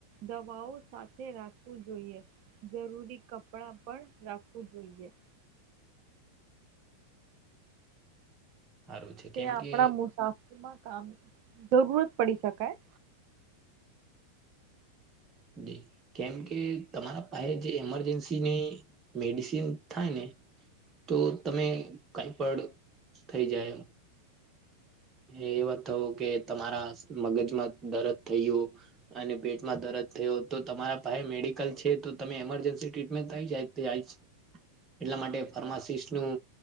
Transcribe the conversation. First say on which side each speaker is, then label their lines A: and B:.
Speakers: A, on the right (about 45°); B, on the right (about 20°).
A: દવાઓ સાથે રાખવું જોઈએ જરૂરી કપડા પણ રાખવું જોઈએ
B: સારું છે કેમ
A: તે આપણા
B: કે
A: મુસાફરીમાં કામ જરૂરત પડી શકાય
B: જ કેમ કે તમારા પાસે જે મરજન્સીની મેડિસિન થાય ને તો તમે કઈ પણ થઈ જાય એવા થવું કે તમારા મગજમાં દરદ થય ગું અને ભેટમાં દરજ થયો તો તમારા પાસે મેડિકલ છે તો તમે એમરજન્સી ટ્રીટમેન્ટ થઈ જાયાય એટલા માટે ફાર્માસિસ નું